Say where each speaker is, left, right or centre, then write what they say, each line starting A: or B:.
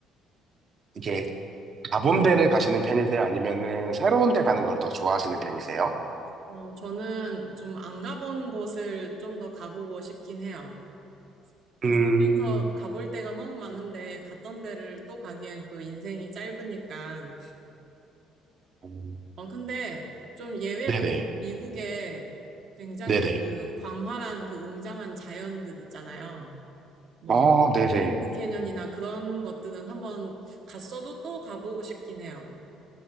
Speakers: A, on the right (about 35°); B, on the right (about 55°).
A: 이게 가본 데를 가시는 편이세요? 아니면은 새로운 데 가는 걸 더 좋아하시는 편이세요?
B: 어, 저는 좀 안 가본 곳을 좀 더 가보고 싶긴 해요. 이게
A: 음,
B: 살면서 가볼 데가 너무 많은데 갔던 데를 또 가기엔 또 인생이 짧으니까.
A: 음,
B: 어, 근데 좀 예외로
A: 네네,
B: 미국에 굉장히
A: 네네.
B: 그 광활한 그 웅장한 자연들 있잖아요. 뭐,
A: 어, 네네.
B: 그랜드 캐년이나 그런 것들은 한번 갔어도 또 가보고 싶긴 해요.